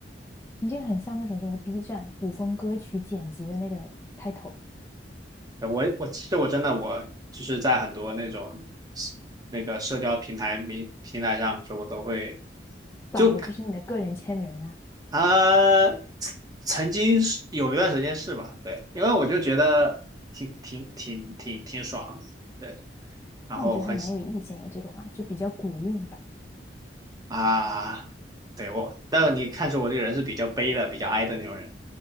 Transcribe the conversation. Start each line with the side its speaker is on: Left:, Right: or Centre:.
Left: 你这个很像那种什么 B 站古风歌曲剪辑的那个 title。
Right: 我我其实我真的我就是在很多那种那个社交平台平平台上，比如说我都会。就
Left: 咋了这是你的个人签名啊。
Right: 啊，曾经是有一段时间是吧？对，因为我就觉得挺挺挺挺挺爽，对，然后很喜
Left: 但我觉得还蛮有意境的，这个话就比较古韵吧。
Right: 啊，对我，但是你看出我这个人是比较悲的、比较哀的那种人，